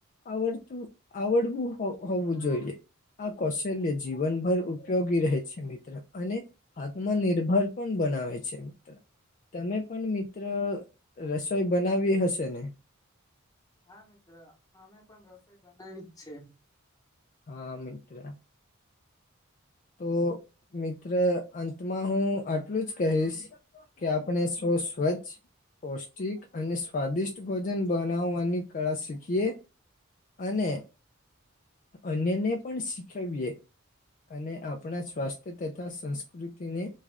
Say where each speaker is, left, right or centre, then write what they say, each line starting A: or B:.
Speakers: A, on the left (about 40°); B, on the left (about 15°).
A: આવડતું આવડવું હોવું જોઈએ. આ કૌશલ્ય જીવનભર ઉપયોગી રહે છે મિત્ર અને આત્મનિર્ભર પણ બનાવે છે. તમે પણ મિત્ર રસોઈ બનાવી હશે ને
B: હા મિત્ર અમે પણ રસોઈ બનાવી જ છે.
A: હા મિત્ર. તો મિત્ર અંતમાં હું આટલું જ કહીશ. કે આપણે શું સ્વચ્છ પૌષ્ટિક અને સ્વાદિષ્ટ ભોજન બનાવવાની કળા શીખીએ? અને અન્યને પણ શીખવીએ. અને આપણા સ્વાસ્થ્ય તથા સંસ્કૃતિને